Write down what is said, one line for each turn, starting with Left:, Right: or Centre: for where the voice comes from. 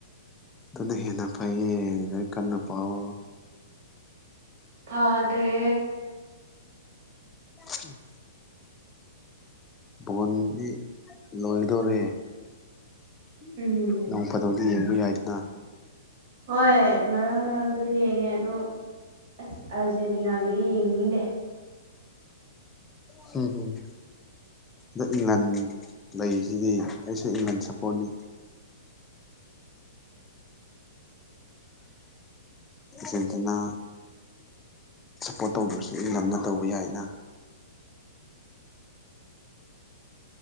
Left: ꯑꯗꯨꯅ ꯍꯦꯟꯅ ꯐꯩꯌꯦ ꯑ ꯀꯟꯅ ꯄꯥꯎ
Right: ꯐꯥꯗ꯭ꯔꯦ
Left: ꯎꯝ ꯣꯟ ꯂꯣꯏꯗꯣꯔꯦ
Right: ꯎꯝ
Left: ꯅꯣꯡ ꯐꯗꯧꯗ
Right: ꯎꯝ
Left: ꯌꯦꯡꯕ ꯌꯥꯏꯗꯨꯅ
Right: ꯍꯣꯏ ꯃꯔꯛ ꯃꯔꯛꯇꯗ ꯌꯦꯡꯉꯦ ꯑꯗꯣ ꯑꯁ ꯑꯥꯔꯖꯦꯟꯇꯤꯅꯥꯒꯤꯗꯤ ꯌꯦꯡꯅꯤꯡꯗꯦ
Left: ꯍꯝ ꯍꯨꯝ ꯑꯗ ꯏꯪꯒꯟ ꯂꯩꯁꯤꯗꯤ ꯑꯩꯁꯨ ꯏꯪꯒꯟ ꯁꯄꯣꯔꯠꯅꯤ ꯄꯖꯦꯟꯁꯤꯅ ꯁꯞꯄꯣꯔꯠ ꯇꯧꯗ꯭ꯔꯁꯨ ꯏꯟ ꯂꯟꯅ ꯇꯧꯕ ꯌꯥꯏꯅ